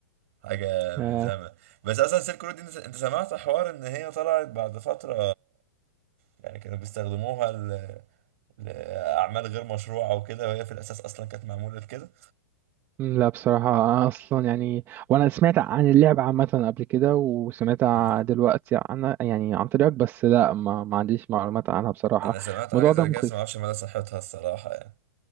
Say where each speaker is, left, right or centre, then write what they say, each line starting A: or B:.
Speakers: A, on the right; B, on the right.
A: حاجة
B: آه،
A: من زمان بس أصلا سيلك رود دي أنت أنت سمعت حوار إن هي طلعت بعد فترة يعني كانوا بيستخدموها ل... لأعمال غير مشروعة وكده وهي في الأساس أصلا كانت معمولة لكده
B: مم، لا بصراحة أنا أصلا يعني وأنا سمعت عن اللعبة عامة قبل كده وسمعت ع-
A: مم.
B: دلوقتي عنها يعني عن طريقك بس لا ما, ما عنديش معلومات عنها بصراحة
A: أنا سمعت حاجة
B: الموضوع
A: زي
B: ده مخيف
A: كده بس معرفش مدى صحتها الصراحة يعني